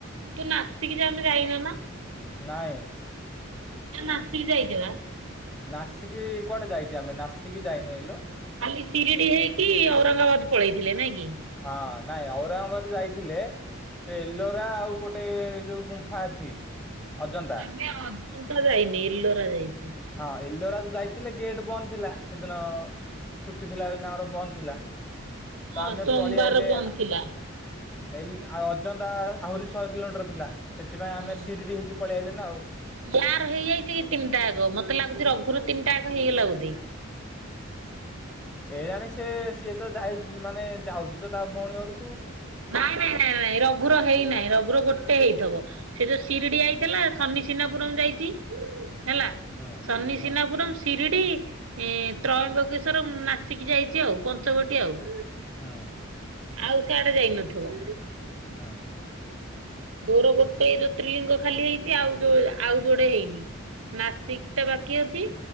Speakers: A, on the right; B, on the left.
A: ତୁ ନାସିକି ଯେ ଆମେ ଯାଇନ ନା।
B: ନହିଁ।
A: ନାସିକ ଯାଇଯିବା।
B: ନାସିକି କୁଆଡେ ଯାଇଚେ ଆମେ ନାସିକି ଯାଇନେ ଲୋ।
A: ଖାଲି ସିରିଡି ହେଇକି ଔରଙ୍ଗାବାଦ ପଳେଇଥିଲେ ନାଇଁ କି।
B: ହଁ ନାଇଁ ଔରଙ୍ଗାବାଦ ଯାଇଥିଲେ। ସେ ଏଲୋରା ଆଉ ଗୋଟେ ଯୋଉ ଗୁମ୍ଫା ଅଛି ଅଜନ୍ତା।
A: ନାଇଁ ଅଜନ୍ତା ଯାଇନେ ଏଲୋରା ଯାଇଚେ।
B: ହଁ ଏଲୋରା ଯୋଉ ଯାଇଥିଲେ ଗେଟ ବନ୍ଦ ଥିଲା ସେଦିନ। ଛୁଟି ଥିଲା ବୋଲି ତଙ୍କର ବନ୍ଦ ଥିଲା
A: ହଁ
B: ତ ଆମେ
A: ସୋମବାର
B: ପଳେଇ ଆଇଲେ
A: ବନ୍ଦ
B: ଆ
A: ଥିଲା।
B: ଏଲ ଆଉ ଅଜନ୍ତା ଆହୁରି ଶହେ କିଲୋମିଟର ଥିଲା ସେଥିପାଇଁ
A: ହଁ
B: ଆମେ ସିରିଡି ହେଇକି ପଳେଇ ଆଇଲେ ନା ଆଉ।
A: ୟାର ହେଇଯାଇଛି କି ତିନିଟା ଆକ ମତେ ଲାଗୁଚି ରଘୁର ର ତିନିଟା ଆକ ହେଇଗଲା ବୋଧେ।
B: କେଇଜାଣି ସେ ସିଏ ତ ଯାଏ ମାନେ ଯାଉଛି ତ ତା ଭୋଉଣୀ ଘର
A: ନାଇଁ ନାଇଁ ନାଇଁ ନାଇଁ ରଘୁର ହେଇ ନାଇଁ ରଘୁ ର ଗୋଟେ ହେଇଥବ ସେ ଯୋଉ ସିରିଡି ଆଇଥେଲା ଶନିସିନାପୁରମ୍ ଯାଇଛି ହେଲା।
B: ହୁଁ।
A: ଶନିସିନାପୁରମ୍
B: ହୁଁ
A: ସିରିଡି। ଏଁ ତ୍ରୟମ୍ବକେଶ୍ଵରମ୍ ନାସିକି ଯାଇଚି ଆଉ ପଞ୍ଚବଟିୀ ଆଉ।
B: ହୁଁ।
A: ଆଉ ସେଆଡେ ଯାଇନଥୁବ।
B: ହୁଁ।
A: ମୋରୋ ଗୋଟେ ଜ୍ୟୋତିର୍ଲିଙ୍ଗ ଖାଲି ହେଇଚି ଆଉ ଯୋ ଆଉ ଯୋଡେ ହେଇନି। ନାସିକ ଟା ବାକି ଅଛି